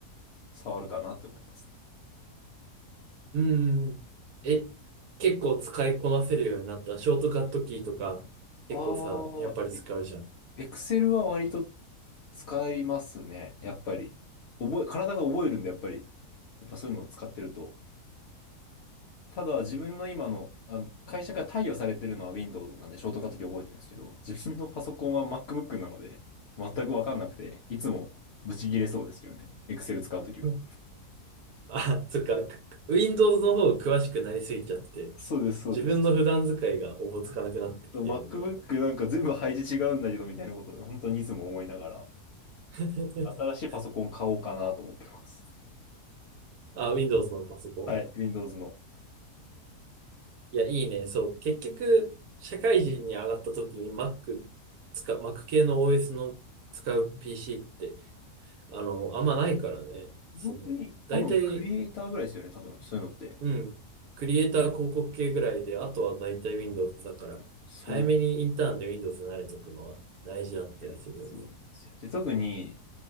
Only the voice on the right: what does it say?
うんうん。え、結構使いこなせるようになった。ショートカットキーとか、結構さ、
やっぱり使うじゃん。
うんあ、そっか。Windows の方詳しくなりすぎちゃって、
自分の普段使いがおぼつかなくなってきてるみたいな。
<laughs>
あ、Windows のパソコン
いや、いいね。そう。結局、社会人に上がった時に Mac 使う、Mac 系の OS の使う PC って、あの、あんまないからね。その、
大体、
うん、クリエイター広告系ぐらいで、あとは大体 Windows だから、
早めにインターンで Windows に慣れとくのは大事だったりするよね。